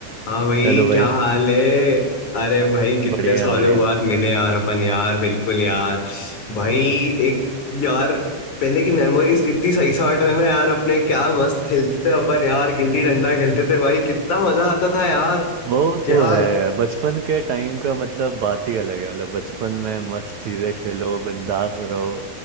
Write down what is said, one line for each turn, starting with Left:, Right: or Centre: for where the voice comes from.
Left: हाँ भाई
Right: Hello भाई
Left: क्या हाल है अरे भाई कितने
Right: बढ़िया
Left: सालों
Right: बढ़िया
Left: बाद मिले यार अपन यार बिल्कुल यार भाई एक यार पहले की मेमोरीज कितनी सही साट है ना यार अपने क्या मस्त खेलते थे अपन यार गिल्ली डंडा खेलते थे भाई कितना मजा आता था यार
Right: वो
Left: क्या
Right: तो है यार बचपन के टाइम का मतलब बात ही अलग है मतलब बचपन में मस्त चीजें खेलो बिंदास रहो